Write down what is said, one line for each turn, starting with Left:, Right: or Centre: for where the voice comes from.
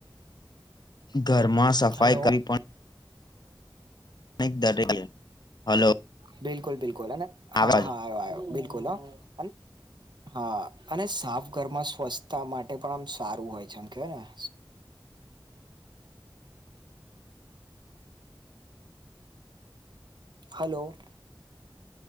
Left: ઘરમાં સફાઈ
Right: હલો
Left: કરવી પણ નહી દરેક એ હલો.
Right: બિલકુલ બિલકુલ અને
Left: અવાજ
Right: હા હા આયો આયો બિલકુલ હા અન હા અને સાફ ઘરમાં સ્વચ્છતા માટે પણ આમ સારું હોય છે આમ કેવાય ને હલો.